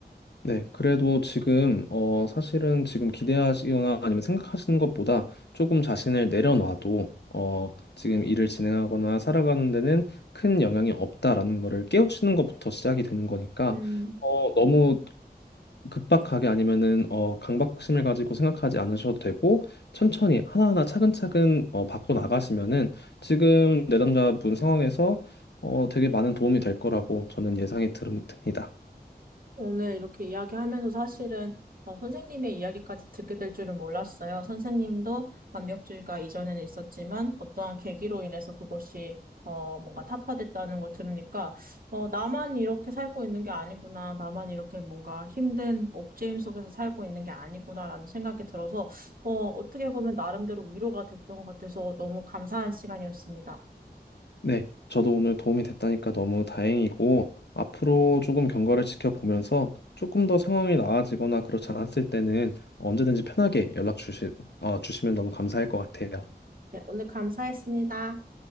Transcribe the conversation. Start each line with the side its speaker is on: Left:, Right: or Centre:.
Left: 네, 그래도 지금 어 사실은 지금 기대하시거나 아니면 생각하시는 것보다 조금 자신을 내려놔도 어 지금 일을 진행하거나 살아가는 데는 큰 영향이 없다라는 거를 깨우치는 것부터 시작이 되는 거니까
Right: 음.
Left: 어 너무 급박하게 아니면은 어 강박심을 가지고 생각하지 않으셔도 되고 천천히 하나하나 차근차근 어 바꿔 나가시면은 지금 내담자분 상황에서 어 되게 많은 도움이 될 거라고 저는 예상이 들- 듭니다.
Right: 오늘 이렇게 이야기하면서 사실은 어, 선생님의 이야기까지 듣게 될 줄은 몰랐어요. 선생님도 완벽주의가 이전에는 있었지만 어떠한 계기로 인해서 그것이 어, 뭔가 타파됐다는 걸 들으니까 어, 나만 이렇게 살고 있는 게 아니구나. 나만 이렇게 뭔가 힘든 옥죄임 속에서 살고 있는 게 아니구나라는 생각이 들어서 어, 어떻게 보면 나름대로 위로가 됐던 것 같아서 너무 감사한 시간이었습니다.
Left: 네, 저도 오늘 도움이 됐다니까 너무 다행이고, 앞으로 조금 경과를 지켜보면서 조금 더 상황이 나아지거나 그렇지 않았을 때는 언제든지 편하게 연락 주시, 어, 주시면 너무 감사할 것 같아요.
Right: 네, 오늘 감사했습니다.